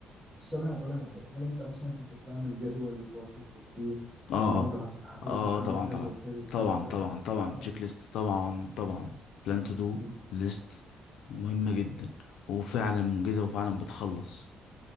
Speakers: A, in the centre; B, on the left (about 85°).
A: بس انا هقول لك على حاجه هل انت مثلا كنت بتعمل جدول وتقعد تكتب فيه
B: اه
A: النهارده
B: اه
A: هت- هتارجت
B: آه،
A: هعمل
B: طبعا
A: كذا
B: طبعا
A: وكذا وكذا
B: طبعا
A: وكذا
B: طبعا طبعا
A: اه
B: تشيك ليست طبعا طبعا بلان تو دو
A: مم.
B: ليست مهمة جدا وفعلا منجزة وفعلا بتخلص